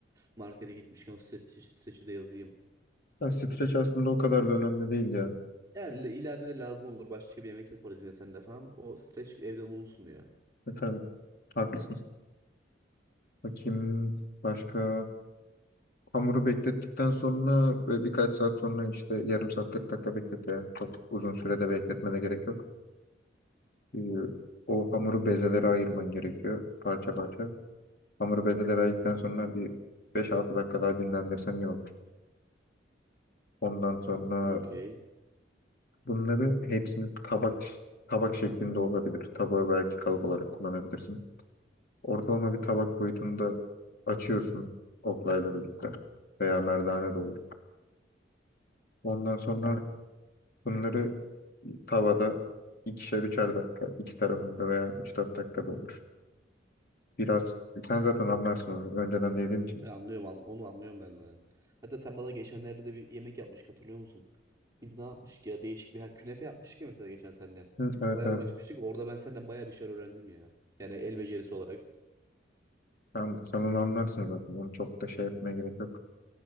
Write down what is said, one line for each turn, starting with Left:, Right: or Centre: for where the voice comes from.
Right: Markete gitmişken o streç, streç'i de yazayım.
Left: Ya streç aslında o kadar da önemli değil ya.
Right: Yani le- ileride de lazım olur. Başka bir yemek yaparız yine seninle falan. O streç evde bulunsun ya.
Left: E tabii haklısın. Bakayım başka Hamuru beklettikten sonra böyle birkaç saat sonra işte yarım saat 40 dakika beklet yani. Çok uzun sürede bekletmene gerek yok. Ee, o hamuru bezelere ayırman gerekiyor parça parça. Hamuru bezelere ayırdıktan sonra bir 5-6 dakika daha dinlendirsen iyi olur. Ondan sonra
Right: Okey.
Left: bunları hepsini tabak tabak şeklinde olabilir. Tabağı belki kalıp olarak kullanabilirsin. Ortalama bir tabak boyutunda açıyorsun oklayla birlikte veya merdane de olur. Ondan sonra bunları Tavada ikişer üçer dakika iki tarafında veya üç dört dakika da olur. Biraz sen zaten anlarsın onu önceden de yediğin için.
Right: Ya Anlıyorum an- onu anlıyorum ben zaten. Hatta sen bana geçenlerde de bir yemek yapmıştık hatırlıyor musun? Bir ne yapmıştık ya değişik bir ha, künefe yapmıştık ya mesela geçen seninle.
Left: Hı, evet
Right: Bayağı
Left: evet
Right: uğraşmıştık. Orada ben senden bayağı bir şeyler öğrendim ya. Yani el becerisi olarak.
Left: tamam sen onu anlarsın zaten onu çok da şey yapmaya gerek yok.